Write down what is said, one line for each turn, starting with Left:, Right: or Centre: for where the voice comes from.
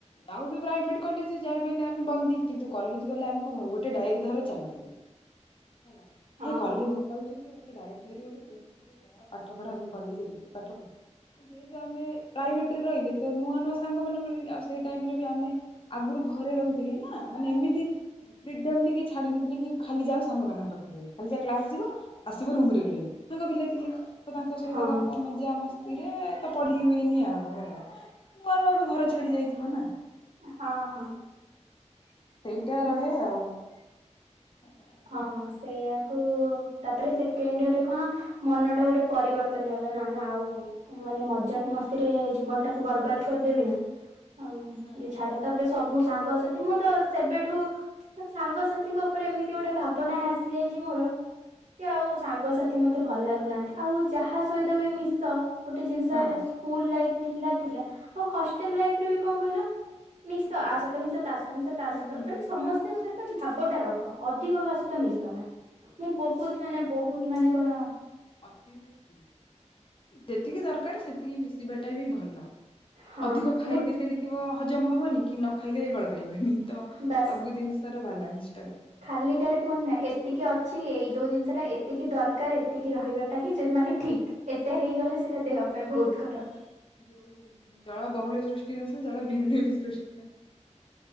Left: ଆଉ ବି ପ୍ରାଇଭେଟ କଲେଜ ଯାହା ବଲେ ଆମେ ବନ୍ଦି କିନ୍ତୁ କଲେଜ ଗଲେ ଆମେ ଭାବୁ ଗୋଟେ ଡାଇରିୀ ଧର ଚାଲ। ହେଲା
Right: ହଁ
Left: ସେ କଲେଜ୍
Right: ହଁ
Left: ଯାଉଛି ଯେ ଗୋଟେ ଡାଏରୀ ଭେରି କଣ ପାଠ ପଢା ହୁଏ କଲେଜରେ କିଏ ପାଠ ପଢ଼େ। ଯେହେତୁ ଆମେ ପ୍ରାଇଭେଟ୍ ରେ ରହିଲେ। ତ ନୂଆ ନୂଆ ସାଙ୍ଗ ମାନେ ମିିଲ ଆଉ ସେଇ ଟାଇମରେ ବି ଆମେ ଆଗରୁ ଘରେ ରହୁଥିଲେ ନା ମାନେ ଏମିତି। ଫ୍ରୀଡମ କିଏ ଛାଡି଼ ନଥିଲେ କି ଖାଲି ଯାଉ ସାଙ୍ଗମାନଙ୍କ ପାଖରେ ରହ ଖାଲି ଯାହା କ୍ଲାସ୍ ଯିବ। ଆସିବ ରୁମ୍ ରେ ରହିବ ସାଙ୍ଗ ପିଲା ଥିଲେ ତ ତାଙ୍କ ସହିତ
Right: ହଁ
Left: ଗପ। ମଜା ମସ୍ତିରେ ତ ପଢି଼ ହୁଏନି ଆଉ ହେଲା ନୂଆ ନୂଆ ବି ଘର ଛାଡି଼ ଯାଇଥିଲୁ ନା।
Right: ହଁ ହଁ
Left: ସେଇଟା ରହେ ଆଉ। ହେଲା ଏମିତି
Right: ହଁ ସେଇଆକୁ ତାପରେ ସେକେଣ୍ଡରେ କଅଣ। ମନ ଟା ଗୋଟେ ପରିବର୍ତ୍ତନ ହେଇଗଲା ନା ନା ଆଉ। ମାନେ ମଜାକ୍ ମସ୍ତିରେ ଜୀବନ ଟାକୁ ବର୍ବାଦ କରିଦେବି ନା, ଆଉ
Left: ହୁଁ
Right: ଯେ ଛାଡ। ତା'ପରେ ସବୁ ସାଙ୍ଗସାଥି ମୁଁ ତ ସେବେଠୁ ସାଙ୍ଗସାଥିଙ୍କ ଉପରେ ଏମିତ୍ ତି ଗୋଟେ ଭାବନା ଆସି ଯାଇଛି ମୋର, ସେ ଆଉ ସାଙ୍ଗସାଥି ମତ୍ ମତେ ଭଲ ଲାଗୁନାହାଁନ୍ତି। ଆଉ ଯାହା ସହିତ ବି ମିଶ ଗୋଟେ ଜିନିଷ
Left: ହଁ
Right: ହେଲା ସ୍କୁଲ ଲାଇଫ୍ ଥିଲା ଥିଲା ଆଉ, ହଷ୍ଟେଲ ଲାଇଫ୍ ରେ ବି କଣ କହିଲ? ମିଶ,
Left: ହଁ
Right: ଆ ସଇତ ମିଶ, ତା ସଇତ ମିଶ, ତା
Left: ହୁଁ
Right: ସଇତ
Left: ହୁଁ
Right: ମାନେ, ସମସ୍ତଙ୍କ ସହିତ ଭାବଟା ରଖ ଅଧିକ କା ସଇତ ମିଶ ନା, ମୁଁ ବହୁତ ମାନେ ବହୁତ ମାନେ କଣ
Left: ଅତି ରୁ ଇତି, ଯେତିକି ଦରକାର ସେତିକି ମିଶିବାଟା ବି ଭଲ।
Right: ହଁ
Left: ଅଧିକ ଖାଇଦେଲେ
Right: ମୁଁ
Left: ଦେଖିବ ହଜମ ହବନି। କି, ନ ଖାଇଲେ ବଳ ପାଇବନି ତ
Right: ବାସ୍
Left: ସବୁ ଜିନିଷ ର ବାଲାନ୍ସ ଟା ରଖିବାଟା
Right: ଖାଲିଟାରେ
Left: ଠିକ୍।
Right: କୁହନ୍ତି ନା, ଏତିକି ଅଛି, ଏଇ ଯଉ ଜିନିଷଟା ଏତିକି ଦରକାର, ଏତିକି ରହିବାଟା ହିଁ ମାନେ ଠିକ୍। ଏତେ
Left: ହଁ
Right: ହେଇଗଲେ ସେଟା ଦେହ ପାଇଁ ବହୁତ ଖରାପ।
Left: ଯୋଉ ଜଳ ବହୁଳେ ସୃଷ୍ଟି ନାଶ, ଜଳ ବିହୁନେ ବି ସୃଷ୍ଟି ନାଶ।